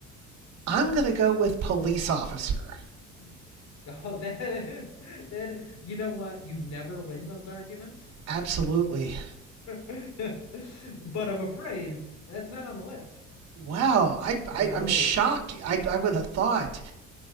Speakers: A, on the right; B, on the left.
A: I'm going to go with police officer.
B: <laughs> Oh, that that you know what? You never win those arguments.
A: Absolutely.
B: <laughs> But I'm afraid that's not on the list.
A: Wow. I, I,
B: Whoa.
A: I'm shocked. I, I would have thought.